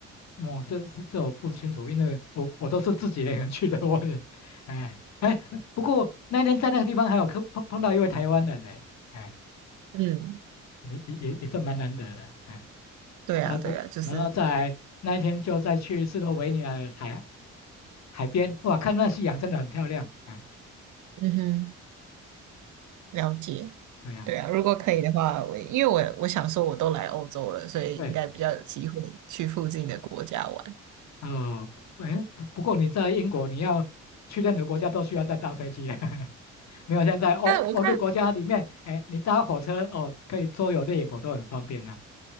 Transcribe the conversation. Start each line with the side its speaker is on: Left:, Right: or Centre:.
Left: 我、这这这我不清楚，因为我我都是自己一个人去的，我也，哎哎，不过那天在那个地方还有碰碰碰到一位台湾人呢，哎，
Right: 嗯，
Left: 也也也也算蛮难得的，哎
Right: 对啊，
Left: 啊不，
Right: 对啊，就是，
Left: 然后在那一天就再去斯洛维尼亚的海海边，哇，看那夕阳真的很漂亮，哎，
Right: 嗯哼。了解。
Left: 对呀、
Right: 对啊，如果可以的话，我因为我我想说我都来欧洲了，所以应该比较有机会去附近的国家玩。
Left: 对，哦，哎，不不过你在英国你要去任何国家都需要再搭飞机了。<laughs> 没有现在欧欧洲国家里面，
Right: 但我看
Left: 哎，你搭火车哦，可以周游列国都很方便呐、